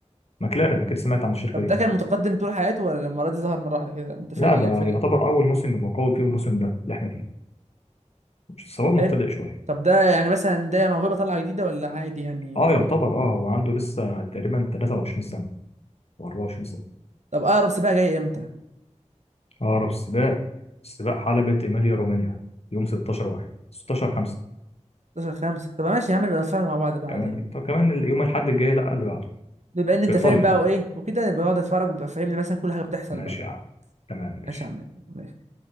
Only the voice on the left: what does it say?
ماكلارين اكيد سمعت عن الشركه
دي
لا ده
يعتبر اول موسم يبقى قوي فيه الموسم ده اللي احنا فيه سواء مبتدئ
شويه
اه
يعتبر اه هو عنده لسه تقريبا 23 سنه او 24 سنه
اقرب سباق سباق حلبة ايميليا رومانيا يوم 16 واحد 16 5
كمان
طب كمان يوم الاحد الجاي لا اللي بعده
في ايطاليا
ماشي
يا عم تمام ماشي